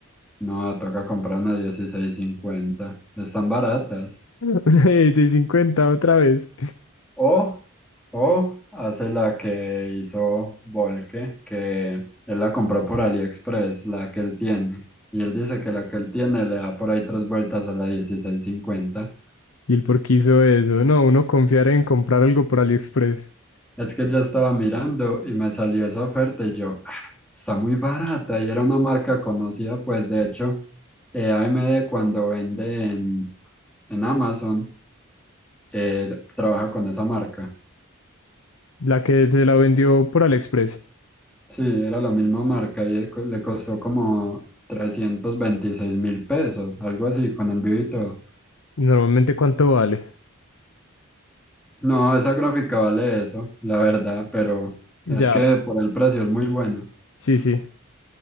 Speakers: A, in the centre; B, on the left.
A: no, toca comprar una dieciséis cincuenta, Están baratas.
B: <laughs> Una 50 otra vez.
A: O, o hace la que hizo Volke, que él la compró por AliExpress, la que él tiene. Y él dice que la que él tiene le da por ahí tres vueltas a la dieciséis cincuenta.
B: ¿Y el por qué hizo eso? No, uno confiar en comprar algo por AliExpress.
A: Es que yo estaba mirando y me salió esa oferta y yo, "Ah, está muy barata y era una marca conocida, pues de hecho, eh, AMD cuando vende en, en Amazon, eh, trabaja con esa marca.
B: La que se la vendió por AliExpress.
A: Sí, era la misma marca y eh, co- le costó como trescientos veintiséis mil pesos, algo así, con envío y todo.
B: Normalmente, ¿cuánto vale?
A: No, esa gráfica vale eso, la verdad, pero es
B: Ya,
A: que por el precio es muy bueno.
B: sí, sí.